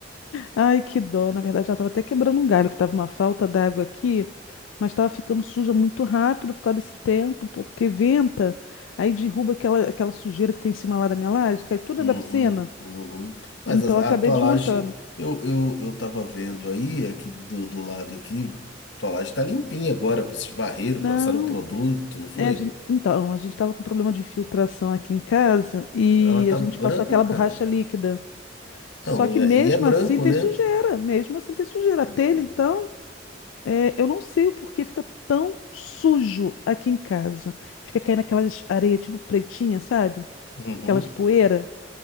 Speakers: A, on the left (about 85°); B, on the left (about 65°).
A: Ai, que dó. Na verdade, ela estava até quebrando um galho, que estava uma falta d'água aqui, mas estava ficando suja muito rápido por causa desse tempo, porque venta, aí derruba aquela, aquela sujeira que tem em cima lá da minha laje, cai tudo
B: Uhum,
A: dentro da piscina.
B: uhum. Mas
A: Então,
B: a,
A: eu acabei
B: a tua
A: desmontando.
B: laje, eu, eu, eu tava vendo aí, aqui do, do lado aqui, tua laje tá limpinha agora, esses barreiros
A: Não,
B: passaram um produto, não foi?
A: é, a gente, então, a gente estava com problema de filtração aqui em casa e
B: Ela tá
A: a gente
B: branca.
A: passou aquela borracha líquida.
B: Então,
A: Só que mesmo
B: e é branco,
A: assim tem
B: né?
A: sujeira, mesmo assim tem sujeira.
B: Hum,
A: A telha, então. É, eu não sei o porquê fica tão sujo aqui em casa. Fica caindo aquelas areias tipo pretinha, sabe?
B: Uhum,
A: Aquelas poeira.